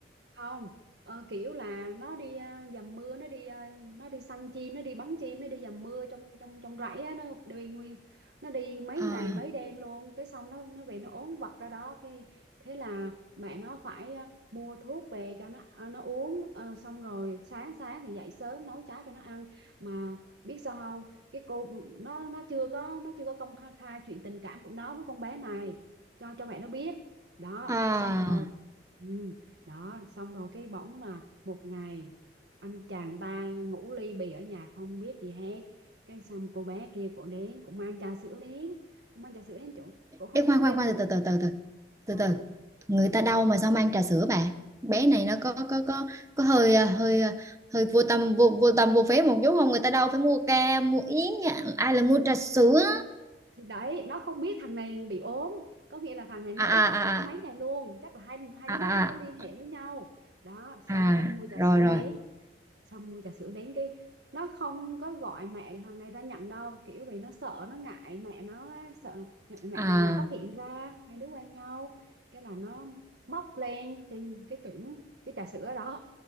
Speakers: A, on the right; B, on the right.
A: không ờ, kiểu là nó đi à, dầm mưa nó đi à, nó đi săn chim nó đi bắn chim nó đi dầm mưa trong trong trong rẫy á nó đi nguyên nó đi mấy
B: À
A: ngày mấy đêm luôn cái xong nó nó về nó ốm vặt ra đó cái thế là mẹ nó phải à, mua thuốc về cho nó à, nó uống Ờ, xong rồi sáng sáng thì dậy sớm nấu cháo cho nó ăn mà biết sao không cái cô nó nó chưa có nó chưa có công khai khai chuyện tình cảm của nó với con bé này cho cho mẹ nó biết đó
B: à
A: xong rồi ừ đó xong rồi cái bỗng mà một ngày anh chàng ta ngủ ly bì ở nhà không biết gì hết cái xong cô bé kia cổ đến cũng mang trà sữa đến cũng mang trà sữa đến chỗ cổ không
B: Ê, khoan
A: dám
B: khoan
A: kêu
B: khoan
A: cửa
B: từ từ từ từ từ
A: sao
B: từ từ người ta đau mà sao mang trà sữa bà bé này nó có có có có hơi à, hơi à, hơi vô tâm vô vô tâm vô phế một chút không người ta đâu phải mua ca mua yến nha ai là mua trà sữa
A: thì đấy nó không biết thằng này bị ốm có nghĩa là thằng này nó
B: à à
A: ốm vật vã mấy
B: à
A: ngày luôn chắc là hai hai
B: à
A: đứa
B: à
A: nó không
B: à
A: có
B: à,
A: liên hệ với nhau đó
B: À,
A: xong cái mua trà
B: rồi
A: sữa
B: rồi
A: đến xong mua trà sữa đến cái nó không có gọi mẹ thằng này ra nhận đâu kiểu vì nó sợ nó ngại mẹ nó á, sợ ngại mẹ
B: à
A: thằng này phát hiện ra hai đứa quen nhau cái là nó bốc lên trên cái cứng cái trà sữa đó